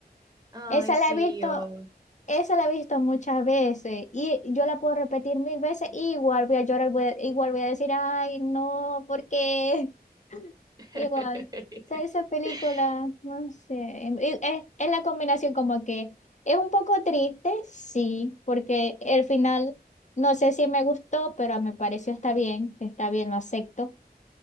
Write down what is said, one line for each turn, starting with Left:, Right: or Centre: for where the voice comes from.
Right: Ay,
Left: Esa
Right: sí,
Left: la he visto,
Right: o...
Left: esa la he visto muchas veces y yo la puedo repetir mil veces y igual voy a llorar, voy a- igual voy a decir, ay, no, porque <laughs>
Right: <laughs>
Left: Igual. O sea, esa película, no sé, em, y es, es la combinación como que es un poco triste, sí, porque el final no sé si me gustó, pero me pareció está bien, está bien, lo acepto.